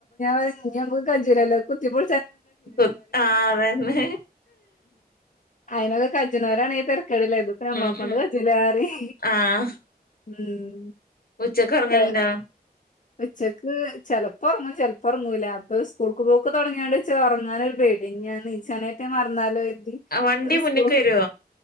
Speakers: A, on the left; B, on the left.
A: റയും ഞ്ഞി നമ്മുക്ക് ആ ചുരെല്ലാം കുത്തി പൊ
B: പ്പൊ ആ അതെന്നെ
A: അയിനൊക്ക കജ്ജനോരാണേയ് തെര കേടിലായിരുന്നു ഇതുപ്പ ഞമ്മളെകൊണ്ട്
B: ഉം ഉം
A: കജൂലാറയും
B: ആഹ്
A: ഉം
B: ഉച്ചക്ക് ഒറങ്ങല്ണ്ടാ
A: പെ ഉച്ചക്ക് ചെലപ്പോ ഒറങ്ങും ചെലപ്പോ ഒറങ്ങൂല പ്പൊ സ്കൂൾക്ക് പോക്ക് തുടങ്ങിയോണ്ട് ച്ച് ഉറങ്ങാനൊരു പേടി ഞാൻ നീച്ചാനായിട്ട് മറന്നാലോ കരുതി
B: ആ വണ്ടി മുന്നിക്ക്
A: സ്കൂ
B: വരോ